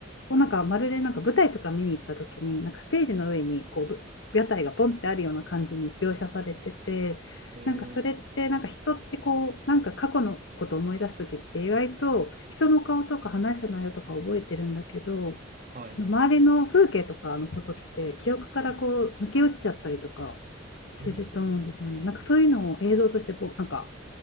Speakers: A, on the left (about 75°); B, on the right (about 45°).
A: をなんかまるでなんか舞台とか見に行った時になんかステージの上にこうぶ屋台がポンってあるような感じに描写されててなんかそれってなんか人ってこうなんか過去のことを思い出す時って意外と人の顔とか話した内容とか覚えてるんだけどその周りの風景とかのことって記憶からこう抜け落ちちゃったりとか
B: へえー、はい
A: すると思うんですよね。
B: ええはいうーん。
A: なんかそういうのを映像としてぼなんか